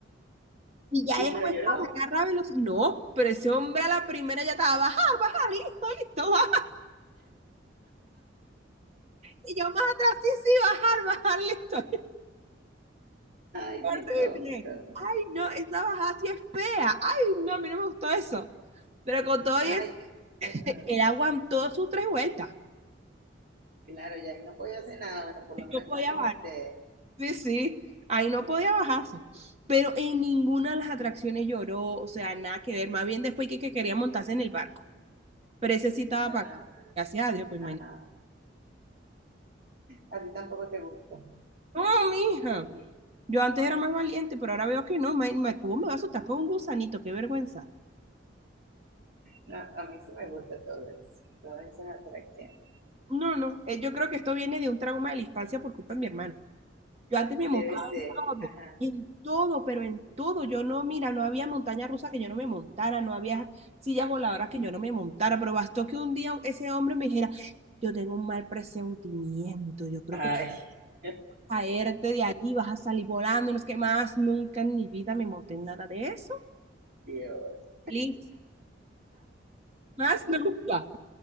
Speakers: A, on the right; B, on the right.
A: Y ya
B: Y
A: después
B: pero lloró.
A: cuando agarra velocidad, no, pero ese hombre a la primera ya estaba, bajar, bajar, listo, listo, bajar. Y yo más atrás, sí, sí, bajar, bajar, listo. <laughs>
B: Ay,
A: Horrible.
B: qué cómico.
A: Ay, no, esa bajada sí es fea. Ay, no, a mí no me gustó eso. Pero con todo eso,
B: Ay, ajá.
A: Él aguantó sus tres vueltas.
B: Claro, ya ahí no podía hacer nada, bueno, por lo menos
A: No
B: estaba
A: podía
B: con
A: bajar.
B: ustedes.
A: Sí, sí, ahí no podía bajarse. Pero en ninguna de las atracciones lloró, o sea, nada que ver. Más bien después que, que quería montarse en el barco. Pero ese sí estaba
B: Ah,
A: pagado. Gracias a Dios, pues imagínate.
B: ah. A ti tampoco te gusta.
A: No, mija. Yo antes era más valiente, pero ahora veo que no. ma- ma- ¿Cómo me va a asustar con un gusanito? Qué vergüenza.
B: No, a mí sí me gusta todo eso, todas esas atracciones.
A: No, no. eh, Yo creo que esto viene de un trauma de la infancia por culpa de mi hermano. Yo antes me
B: Debe
A: todo,
B: ser. Ajá.
A: en todo, pero en todo. Yo no, mira, no había montaña rusa que yo no me montara, no había sillas voladoras que yo no me montara, pero bastó que un día ese hombre me dijera, yo tengo un mal presentimiento, yo creo
B: Ay,
A: que
B: <laughs>
A: caerte de ahí, vas a salir volando, y no es que más nunca en mi vida me monté en nada de eso.
B: Dios.
A: Listo. Más nunca.